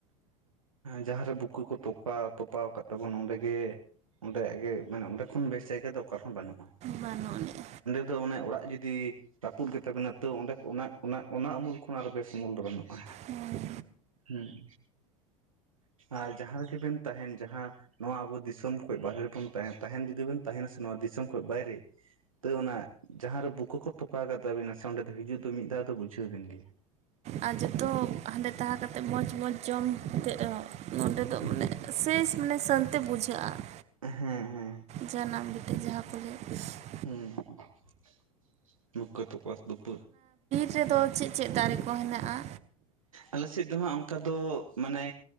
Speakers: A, on the right; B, on the right.
A: ᱾ ᱡᱟᱦᱟᱸᱨᱮ ᱵᱩᱠᱟᱹ ᱠᱚ ᱠᱩ ᱛᱳᱯ ᱯᱟ ᱛᱚᱯᱟᱣ ᱟᱠᱟᱫ ᱛᱟᱵᱚᱱ ᱚᱸᱰᱮ ᱜᱮ ᱚᱸᱰᱮᱭᱟᱜ ᱜᱮ ᱢᱟᱱᱮ ᱚᱸᱰᱮ ᱠᱷᱚᱱ ᱵᱮᱥ ᱡᱟᱭᱜᱟ ᱫᱚ ᱚᱠᱟ ᱨᱮᱦᱚᱸ ᱵᱟᱹᱱᱩᱜ-ᱟ᱾
B: ᱵᱟᱱᱩᱜ ᱟᱹᱱᱤᱡ ᱾
A: ᱛᱳ ᱚᱱᱮ ᱚᱲᱟᱜ ᱡᱩᱫᱤ ᱨᱟᱹᱯᱩᱫ ᱜᱮᱛᱟᱵᱮᱱᱟ ᱛᱚ ᱚᱸᱰᱮ ᱚᱱᱟ ᱚᱱᱟ ᱚᱱᱟ ᱩᱢᱩᱞ ᱠᱷᱚᱱ ᱟᱜ ᱟᱨ ᱵᱮᱥ ᱩᱢᱩᱞ ᱫᱚ ᱵᱟᱹᱱᱩᱜ-ᱟ᱾
B: ᱦᱮᱸ
A: ᱦᱮᱸ ᱟᱨ ᱡᱟᱦᱟᱸ ᱨᱮᱜᱮ ᱵᱮᱱ ᱛᱟᱦᱮᱸᱱ ᱡᱟᱦᱟᱸ ᱱᱚᱣᱟ ᱟᱵᱚ ᱫᱤᱥᱚᱢ ᱠᱷᱚᱡ ᱵᱟᱦᱨᱮ ᱨᱮᱵᱚᱱ ᱛᱟᱦᱮ ᱛᱟᱦᱮᱱ ᱡᱩᱫᱤ ᱵᱚᱱ ᱛᱟᱦᱮᱸᱱᱟ ᱥᱮ ᱱᱚᱣᱟ ᱫᱤᱥᱚᱢ ᱠᱷᱚᱱ ᱵᱟᱭᱨᱮ ᱛᱟᱹᱣ ᱚᱱᱟ ᱡᱟᱦᱟᱸᱨᱮ ᱵᱩᱠᱟᱹ ᱠᱚ ᱛᱚᱯᱟᱣ ᱠᱟᱜ ᱛᱟᱵᱤᱱᱟ ᱥᱮ ᱚᱸᱰᱮ ᱫᱚ ᱦᱤᱡᱩᱜ ᱫᱚ ᱢᱤᱫ ᱫᱷᱟᱣ ᱫᱚ ᱵᱩᱡᱷᱟᱹᱣ ᱵᱤᱱ ᱜᱮ ᱾
B: ᱟᱨ ᱡᱚᱛᱚ ᱦᱟᱸᱰᱮ ᱛᱟᱦᱮᱸ ᱠᱟᱛᱮᱜ ᱢᱚᱸᱡᱽ ᱢᱚᱸᱡᱽ ᱡᱚᱢᱛᱮ ᱨᱮᱦᱚᱸ ᱱᱚᱸᱰᱮ ᱫᱚ
A: ᱦᱮᱸ
B: ᱢᱟᱱᱮ ᱥᱮᱥ ᱢᱟᱱᱮ ᱥᱟᱱᱛᱤ ᱵᱩᱡᱷᱟᱹᱜ-ᱟ ᱾
A: ᱦᱮᱸ ᱦᱮᱸ᱾
B: ᱡᱟᱦᱟᱱᱟᱜ ᱵᱷᱤᱴᱟᱹ ᱡᱟᱦᱟᱸ ᱠᱚᱜᱮ ᱾
A: ᱦᱮᱸ ᱵᱩᱠᱟᱹ ᱛᱚᱯᱟ ᱫᱩᱯᱟᱹ
B: ᱚᱱᱛᱮ ᱫᱚ ᱪᱮᱫ ᱪᱮᱫ ᱫᱟᱨᱮ ᱠᱚ ᱦᱮᱱᱟᱜ-ᱟ?
A: ᱟᱞᱮ ᱥᱮᱫ ᱫᱚ ᱦᱟᱸᱜ ᱚᱱᱠᱟ ᱫᱚ ᱢᱟᱱᱮ